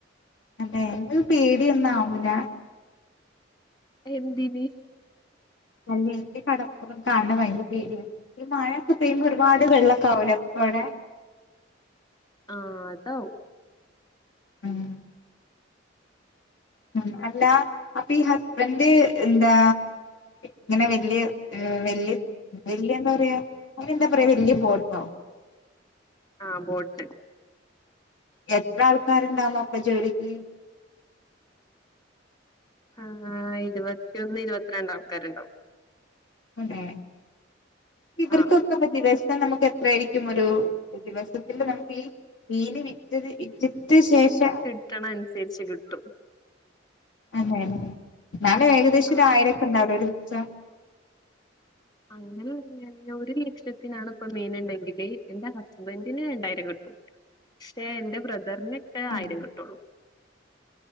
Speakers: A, on the left; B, on the left.
A: അതെ, അങ്ങനെ പേടിയൊന്നും ആവൂല?
B: എന്തിന്!
A: അല്ല എനിക് കടപ്പുറം കാണണ ഭയങ്കര പേടി ആണ്. ഈ മഴൊക്കെ പെയ്യുമ്പോ ഒരുപാട് വെള്ളമൊക്കെ ആവൂലെ അപ്പവിടെ?
B: <inaudible> ആഹ് അത് ആവും.
A: ഉം ഉ അല്ല അപ്പൊ ഈ ഹസ്ബൻഡ് എന്താ ഇങ്ങനെ വലിയ വല്യ വല്യ എന്താ പറയാ, അങ്ങനെ എന്താ പറയാ വലിയ ബോട്ടോ?
B: ആഹ് ബോട്ട്.
A: എത്ര ആൾക്കാരുണ്ടാമോ അപ്പൊ ജോലിക്. !
B: ആ ഇരുപത്തിയൊന്ന് ഇരുപത്തിരണ്ട് ആൾക്കാരുണ്ടാവും.
A: അതെ ഇവർക്ക്
B: ആഹ്
A: അപ്പ ദിവസം നമുക്ക് എത്രായിരിക്കും ഒരു ദിവസത്തി നമുക്ക് ഈ മീന് വിറ്റത്, വിറ്റ ശേഷാ
B: വിൽക്കണ അനുസരിച്ച് കിട്ടും
A: അതെയല്ലെ എന്നാലും ഏകദേശം
B: ആഹ്
A: ഒരു ആയിരംക്കെ ഉണ്ടാവില്ലോ ഒരു ദിവസം?
B: അങ്ങനെ ഒരു ലക്ഷത്തിനാണ് ഇപ്പൊ മീനണ്ടെങ്കില് എന്റെ ഹസ്ബൻറിന് രണ്ടായിരം കിട്ടും. പക്ഷേ എന്റെ ബ്രദറിന് ഒ
A: ആണ്
B: ആയിരം കിട്ടുള്ളൂ,